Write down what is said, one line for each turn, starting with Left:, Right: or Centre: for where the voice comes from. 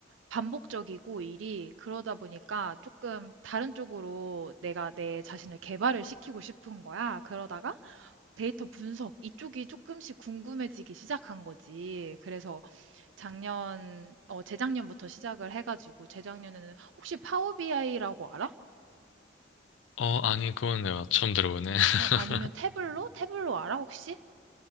Right: 반복적이고 일이 그러다 보니까 조금 다른 쪽으로 내가 내 자신을 개발을 시키고 싶은 거야. 그러다가 데이터 분석 이쪽이 조금씩 궁금해지기 시작한 거지. 그래서 작년 어 재작년부터 시작을 해 가지고 재작년에는 "혹시 파워 BI라고 알아?"
Left: 어, 아니, 그건 내가 처음 들어보네. <laughs>
Right: 어 아니면 "태블로? 태블로 알아 혹시?"